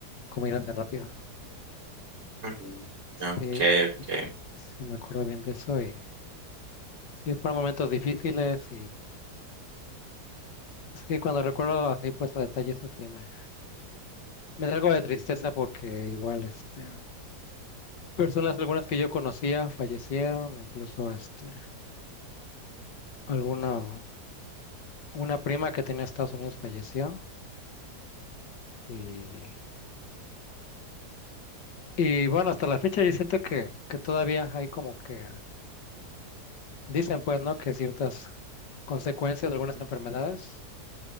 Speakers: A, on the left; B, on the right.
A: comieras de rápido.
B: Mm,
A: Sí,
B: Ok, ok.
A: sí, me acuerdo bien de eso y... Sí, fueron momentos difíciles y sí, cuando recuerdo así, pues a detalle eso sí me, me da algo de tristeza porque igual, este, personas algunas que yo conocía fallecieron, incluso, este, alguna, una prima que tenía en Estados Unidos falleció y, y bueno, hasta la fecha yo siento que, que todavía hay como que, dicen pues, ¿no? Que ciertas consecuencias de algunas enfermedades